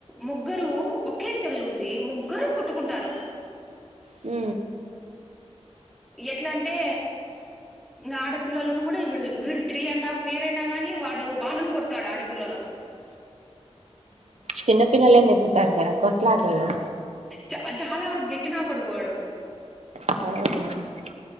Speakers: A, in the centre; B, on the right.
A: ముగ్గురు. ఓకే సెల్ ఉంది ముగ్గురు కుట్టుకుంటారు.
B: ఉ.
A: ఎట్లా అంటే. ఇంకా ఆడపిల్లలను కూడా ఇడు వీడు త్రీ అండ్ హాఫ్ ఇయర్ అయినా గానీ వాడు వాళ్ళను కొడతాడు ఆడపిల్లలను.
B: చిన్నపిల్లలె నెకుతారు కదా కొట్లాటలొ
A: చ చాలా వరకు గెట్టి నా కొడుకు వాడు
B: మ్